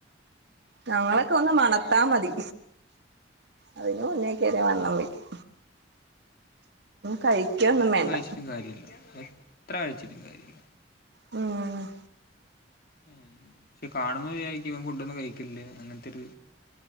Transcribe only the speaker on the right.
നമ്മളൊക്കെ ഒന്ന് മണത്താ മതി അതിന് മുന്നേ കേറിവണ്ണം വെയ്ക്കും. കഴിക്കൊന്നും
വേണ്ട
മം